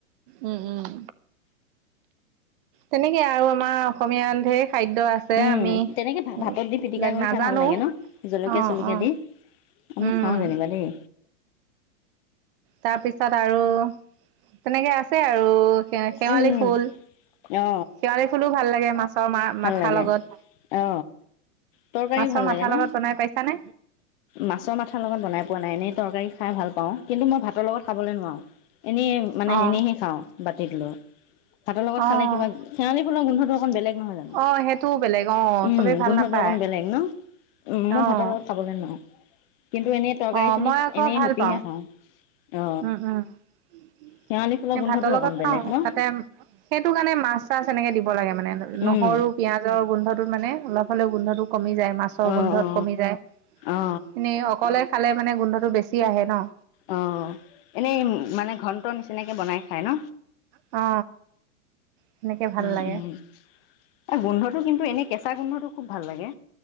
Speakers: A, on the right; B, on the left.
A: উম, উম। তেনেক কে আৰু আমাৰ অসমীয়াৰ ঢেৰ খাদ্য আছে।
B: উম
A: আমি এইবিলাক
B: তেনেকে ভাতত দি পিটিকা কৰি
A: নাজানো
B: খাই ভাল লাগে ন জলকীয়া
A: অ
B: চলকীয়া
A: অ
B: দি আমি
A: উম
B: খাওঁ যেনিবা দেই
A: তাৰপিছত আৰু তেনেকে আছে আৰু শেৱালি
B: উম
A: ফুল।
B: অ
A: শেৱালি ফুলো ভাল লাগে মাছৰ
B: ভাল
A: মাথাৰ
B: লাগে
A: লগত।
B: অ তৰকাৰীও
A: মাছৰ
B: ভাল
A: মাথাৰ
B: লাগে ন
A: লগত বনাই পাইছানে?
B: মাছৰ মাথা লগত বনাই পোৱা নাই। এনেই তৰকাৰী খাই ভাল পাওঁ। কিন্তু মই ভাতৰ লগত খাবলৈ নোৱাও। এনেই মানে
A: অ
B: এনেইহে খাওঁ বাতিত লৈ। ভাতৰ লগত
A: অ',
B: খালে কিবা, শেৱালি ফুলৰ গোন্ধটো অকন বেলেগ নহয় জানো?
A: অ', সেইটোও বেলেগ অ',
B: উম
A: চবেই ভাল
B: গোন্ধটো
A: নাপায়
B: অকন বেলেগ ন? উম মোৰ
A: অ',
B: ভাতৰ লগত বোলে নুৱাও কিন্তু এনেই তৰকাৰী
A: অ',
B: খিনি
A: মই আকৌ
B: এনেই
A: ভাল
B: হুপিহে
A: পাওঁ
B: খাওঁ। অ
A: উম, উম।
B: শেৱালি ফুলৰ গোন্ধটো
A: ভাতৰ লগত
B: অকণ বেলেগ
A: খাও,
B: ন
A: তাতে সেইটো কাৰণে মাছ চাছ এনেকে দিব লাগে মানে। নহৰু,
B: উম
A: পিয়াজৰ গোন্ধটোত মানে অলপ হলেও গোন্ধটো কমি যায়। মাছৰ
B: অ
A: গোন্ধত
B: অ
A: কমি যায়।
B: অ
A: এনে অকলে খালে মানে গোন্ধটো বেছি আহে ন
B: অ এনেই মানে ঘন্টো নিচিনাকে বনাই খাই ন?
A: অ। সেনেকে ভাল
B: উম,
A: লাগে
B: উম। এ গোন্ধটো কিন্তু এনেই কেঁচা গোন্ধটো খুব ভাল লাগে।